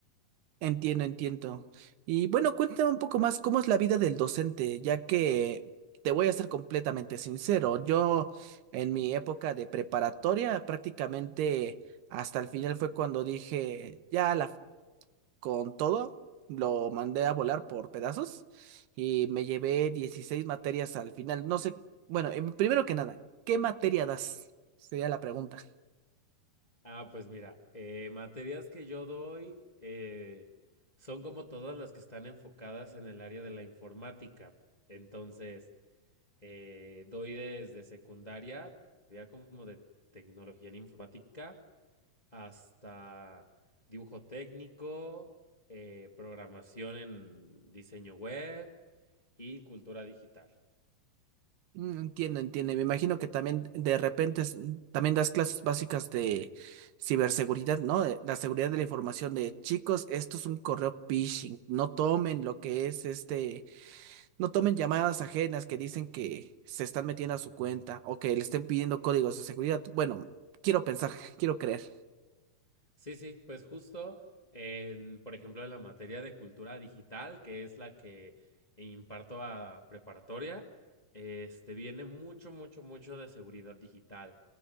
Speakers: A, on the right (about 80°); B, on the left (about 20°).
A: entiendo, entiendo. Y bueno, cuéntame un poco más cómo es la vida del docente, ya que te voy a ser completamente sincero. Yo en mi época de preparatoria prácticamente hasta el final fue cuando dije, ya la con todo, lo mandé a volar por pedazos y me llevé 16 materias al final. No sé, bueno, em, primero que nada, ¿qué materia das? Sería la pregunta.
B: Ah, pues mira, eh, materias que yo doy eh, son como todas las que están enfocadas en el área de la informática. Entonces, eh, doy desde secundaria, sería como de tecnología en informática, hasta dibujo técnico, eh, programación en diseño web y cultura digital.
A: Mm, Entiendo, entiendo. Me imagino que también de repente es- mm, también das clases básicas de ciberseguridad, ¿no? De La seguridad de la información de chicos, esto es un correo phishing. No tomen lo que es este No tomen llamadas ajenas que dicen que se están metiendo a su cuenta o que le estén pidiendo códigos de seguridad. Bueno, quiero pensar, <laughs> quiero creer.
B: Sí, sí, pues justo en, por ejemplo, en la materia de cultura digital, que es la que imparto a preparatoria, este viene mucho, mucho, mucho de seguridad digital.